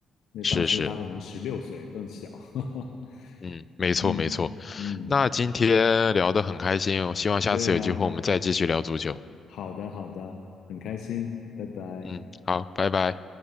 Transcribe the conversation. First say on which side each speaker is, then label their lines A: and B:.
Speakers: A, on the left; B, on the left.
A: 那当时他可能十六岁，
B: 是是，
A: 更小。<laughs>
B: 嗯，没错没错。
A: 嗯嗯，
B: 那今天聊得很开心哦，希望下次有机会我们再继续聊足球。
A: 对啊，好的好的，很开心，拜拜。
B: 嗯，好，拜拜。